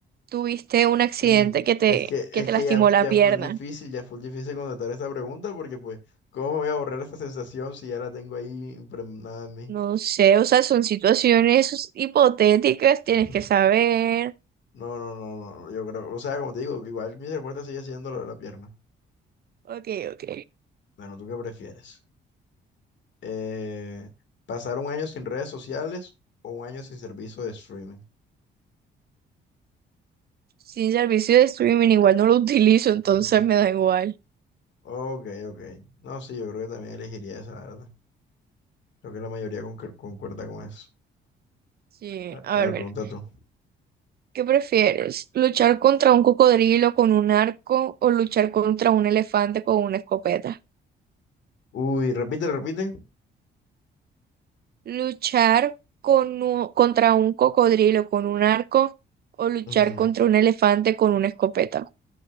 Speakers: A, on the right (about 50°); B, on the left (about 65°).
A: tuviste un accidente
B: Mm,
A: que te,
B: es que,
A: que
B: es
A: te
B: que
A: lastimó
B: ya, fu-
A: la
B: ya
A: pierna.
B: fue difícil, ya fue difícil contestar esta pregunta porque pues, ¿cómo me voy a borrar esta sensación si ya la tengo ahí impregnada en mí?
A: No sé, o sea, son situaciones hipotéticas, tienes
B: <laughs>
A: que saber.
B: No, no, no, no. Yo creo, o sea, como te digo, igual mi respuesta sigue siendo la de la pierna.
A: Ok, ok.
B: Bueno, ¿tú qué prefieres? eh, pasar un año sin redes sociales o un año sin servicio de streaming.
A: Sin servicio de streaming igual no lo <laughs> utilizo, entonces
B: Ujú.
A: me da igual.
B: Ok, ok. No, sí, yo creo que también elegiría esa, la verdad. Creo que la mayoría concur- concuerda con eso.
A: Sí,
B: A,
A: a
B: a
A: ver,
B: ver,
A: mira.
B: pregunta tú.
A: ¿Qué prefieres? ¿Luchar contra un cocodrilo con un arco o luchar contra un elefante con una escopeta?
B: Uy, repite, repite.
A: ¿Luchar con u- contra un cocodrilo con un arco o luchar
B: Ujú.
A: contra un elefante con una escopeta?